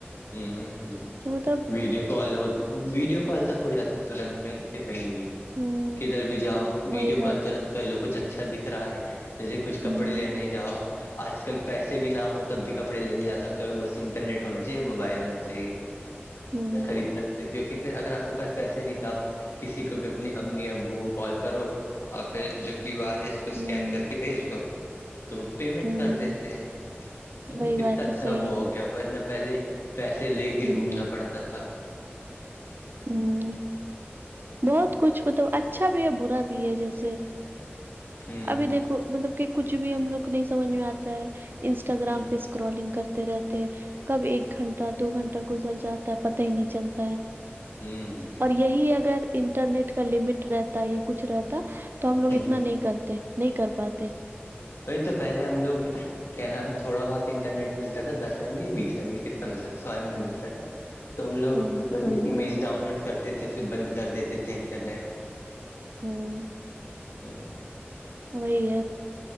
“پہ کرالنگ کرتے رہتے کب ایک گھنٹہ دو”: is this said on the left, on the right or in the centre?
Right